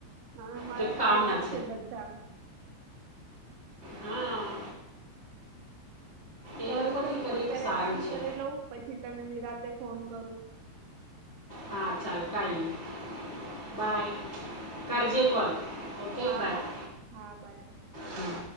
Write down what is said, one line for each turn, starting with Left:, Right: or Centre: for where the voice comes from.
Right: હા, મારા
Left: જે
Right: પણ
Left: કામના
Right: એવા જ છે બધા.
Left: હા. એ
Right: સારું,
Left: લોકોથી
Right: સર હું
Left: કરીએ
Right: અત્યારે
Left: તો સારું
Right: કામ
Left: છે
Right: કરી લઉં, પછી તને નિરાતે ફોન કરું.
Left: હા, ચાલ કઈ નહી. બાય કરજે,
Right: બાય
Left: કોલ ઓકે
Right: હા
Left: બાય.
Right: હા હા બાય
Left: હમ.